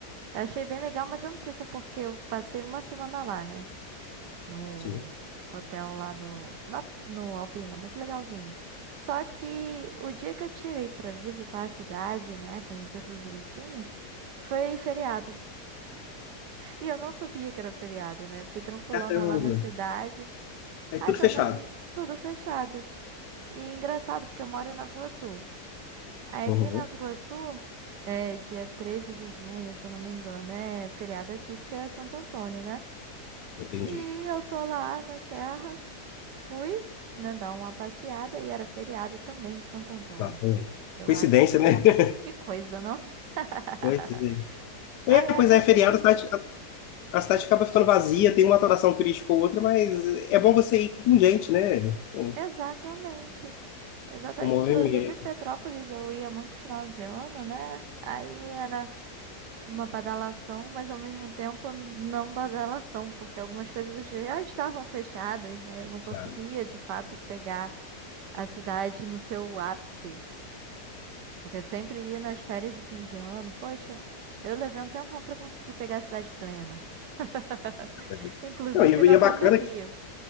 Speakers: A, on the right (about 80°); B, on the left (about 80°).
A: Eu achei bem legal, mas eu não sei se é porque eu passei uma semana lá, né? No
B: Sim.
A: hotel lá do, na- no Alpina, muito legalzinho. Só que o dia que eu tirei pra visitar a cidade, né, conhecer tudo direitinho, foi feriado. E eu não sabia que era feriado, né? Fui tranquilona
B: Caramba.
A: lá na cidade.
B: Tá Aí
A: Aí
B: tudo
A: tô
B: fechado.
A: vendo tudo fechado. E engraçado, porque eu moro em Nova Iguaçu. Aí
B: Uhum.
A: aqui em Nova Iguaçu, é dia 13 de junho, se eu não me engano, é feriado aqui porque é Santo Antônio, né?
B: Entendi.
A: E eu tô lá na serra, fui, né, dar uma passeada e era feriado também de Santo Antônio.
B: Lá também.
A: Eu,
B: Coincidência,
A: ai, que coisa.
B: né? <laughs>
A: Que coisa, não? <laughs>
B: Pois é.
A: Aí
B: É, pois
A: acaba
B: é, feriado,
A: que.
B: a cidade, a- a cidade acaba ficando vazia, tem uma atração turística ou outra, mas é bom você ir com gente, né? Com,
A: Exatamente. Exata...
B: com movimento.
A: Inclusive, Petrópolis eu ia muito final de ano, né? Aí era uma badalação, mas ao mesmo tempo não badalação, porque algumas coisas já estavam fechadas, né? Eu não conseguia,
B: Claro,
A: de fato, pegar a cidade no seu ápice, porque eu sempre ia nas férias de fim de ano. Poxa, eu levei um tempão para conseguir pegar a cidade plena. <laughs>
B: caramba.
A: Inclusive,
B: Não, e,
A: fui na
B: e é
A: pandemia.
B: bacana que,